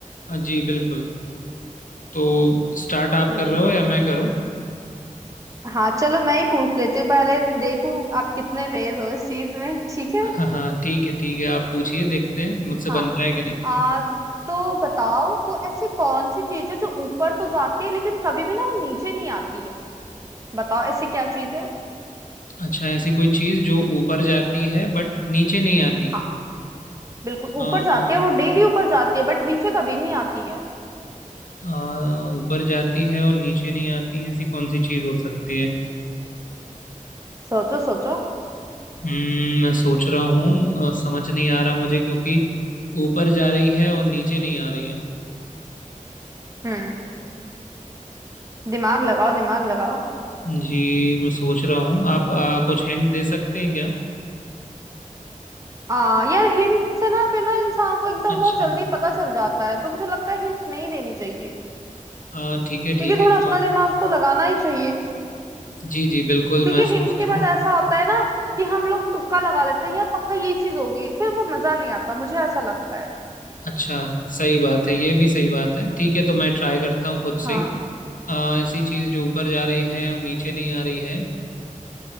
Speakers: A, on the left; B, on the right.
A: हाँ जी बिल्कुल तो स्टार्ट आप
B: हम्म
A: कर रहे हो या मैं करूँ
B: हाँ चलो मैं ही पूछ लेती हूँ पहले देखूं आप कितने तेज हो इस चीज में ठीक है
A: हाँ हाँ ठीक है ठीक है आप पूछिए देखते हैं मुझसे
B: हाँ
A: बनता है कि नहीं
B: आ, तो बताओ वो ऐसी कौन सी चीज है जो ऊपर तो जाती है लेकिन कभी भी ना वो नीचे नहीं आती है बताओ ऐसी क्या चीज है
A: अच्छा ऐसी कोई चीज़ जो ऊपर जाती है बट नीचे नहीं आती
B: हाँ बिल्कुल
A: आ,
B: ऊपर जाती है वो डेली ऊपर जाती है बट नीचे कभी नहीं आती है
A: आ, ऊपर जाती है और नीचे नहीं आती ऐसी कौन सी चीज़ हो सकती है
B: सोचो सोचो
A: हम्म, मैं सोच रहा हूँ अ, समझ नहीं आ रहा मुझे क्योंकि ऊपर जा रही है और नीचे नहीं आ रही है
B: हम्म दिमाग लगाओ दिमाग लगाओ
A: जी मैं सोच रहा हूँ आप अ, कुछ हिंट दे सकते हैं क्या
B: आ यार हिंट से ना फिर ना इंसान को एकदम
A: अच्छा
B: बहुत जल्दी पता चल जाता है तो मुझे लगता है हिंट नहीं देनी चाहिए
A: अ, ठीक है
B: क्योंकि
A: ठीक है
B: थोड़ा
A: तो
B: अपना दिमाग तो लगाना ही चाहिए
A: जी जी बिल्कुल
B: क्योंकि
A: मैं
B: हिंट
A: सोचता
B: के बाद
A: हूँ
B: ऐसा होता है ना कि हम लोग तुक्का लगा लेते हैं यार पक्का ये चीज होगी फिर वो मजा नहीं आता मुझे ऐसा लगता है
A: अच्छा सही बात है ये भी सही बात है ठीक है तो मैं ट्राई करता हूँ खुद
B: हाँ
A: से ही अ, ऐसी चीज़ जो ऊपर जा रही है और नीचे नहीं आ रही है अ,